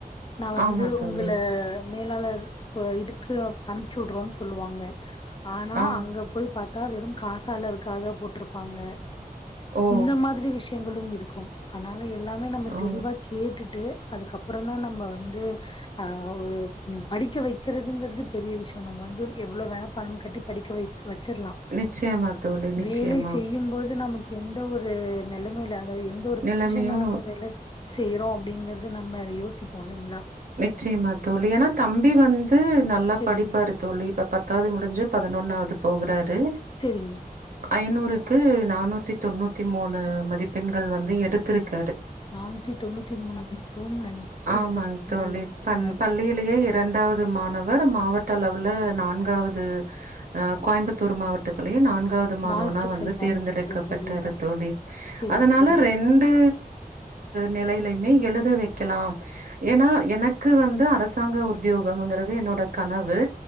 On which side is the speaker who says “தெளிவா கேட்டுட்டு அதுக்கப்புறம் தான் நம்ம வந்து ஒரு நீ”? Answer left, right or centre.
Left